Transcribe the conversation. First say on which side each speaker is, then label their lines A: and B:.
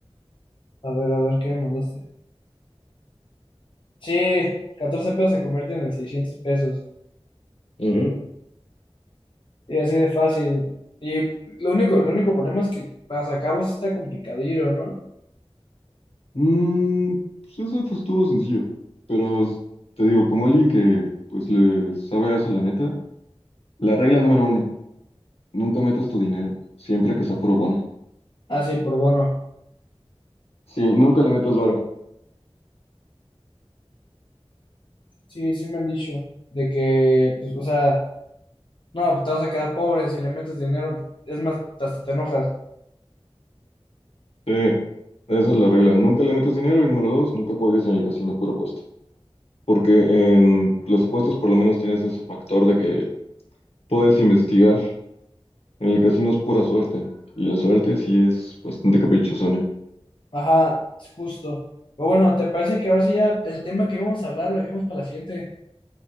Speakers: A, on the left; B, on the left.
A: a ver, a ver, ¿qué me mandaste? Sí, 14 pesos se convierten en 600 pesos.
B: Ujú.
A: Y así de fácil. Y lo único, el único problema es que para sacarlo sí está complicadillo, ¿no?
B: Mm, pues eso fue estuvo sencillo. Pero te digo, como alguien que pues le sabe a eso, la neta, la regla número uno, nunca metas tu dinero, siempre que sea puro bono.
A: Ah, sí, por bono.
B: Sí, nunca le metas varo.
A: Sí, sí me han dicho. De que, pues, o sea, no, pues, te vas a quedar pobre si le metes dinero. Es más, hasta te enojas.
B: Sí, esa es la regla. Nunca le metas dinero y número dos, nunca juegues en el casino puro puesto. porque en los apuestas por lo menos tienes ese factor de que puedes investigar. En el casino es pura suerte, y la suerte sí es bastante caprichosona.
A: Ajá, es justo. Pero bueno, ¿te parece que ahora sí ya el tema que íbamos a hablar lo dejemos para la siguiente?